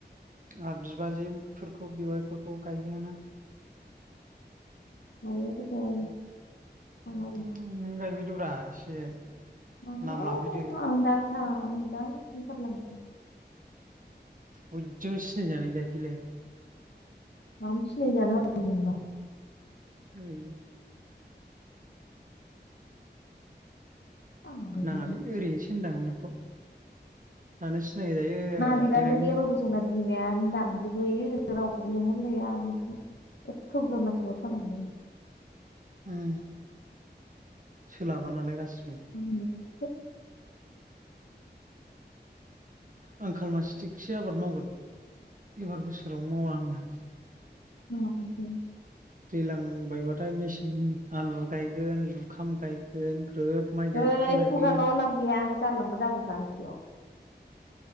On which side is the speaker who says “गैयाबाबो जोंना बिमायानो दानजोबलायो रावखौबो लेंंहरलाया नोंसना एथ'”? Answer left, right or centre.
Left